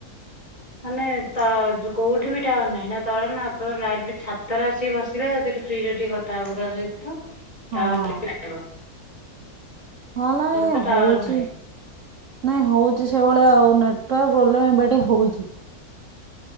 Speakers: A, on the left; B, on the right.
A: ମାନେ ତ କୋଉଠି ବି ଟାୱାର ନାହିଁ ନା ତଳେ ନା ଉପରେ ନା ଏଇ ଛାତରେ ଆସିକି ବସିବେ ଫ୍ରିରେ ଟିକେ କଥା ହବ କାହା ସହିତ
B: ହଁ।
A: ଟାୱାର ଟିକେ ଆସିବ।
B: ହଁ ନାଇଁ ଏ
A: ତ ଟାୱାର
B: ହଉଛି
A: ନାହିଁ
B: ନାଇଁ ହଉଛି ସେଇଭଳିଆ ଆଉ ନେଟୱାର୍କ ପ୍ରୋବ୍ଲେମ ଏବେ ଟିକେ ହଉଛି।